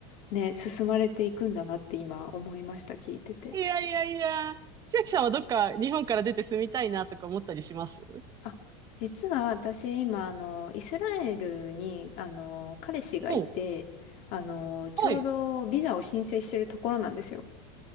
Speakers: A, on the left (about 45°); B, on the right (about 20°).
A: ね、進まれていくんだなって今思いました、聞いてて。
B: いやいやいや。千秋さんはどっか日本から出て住みたいなとか思ったりします
A: あ、実は私今あの、イスラエルにあの、彼氏がいて、
B: お、
A: あの、ちょうどビザを申請してるところなんですよ。
B: はい。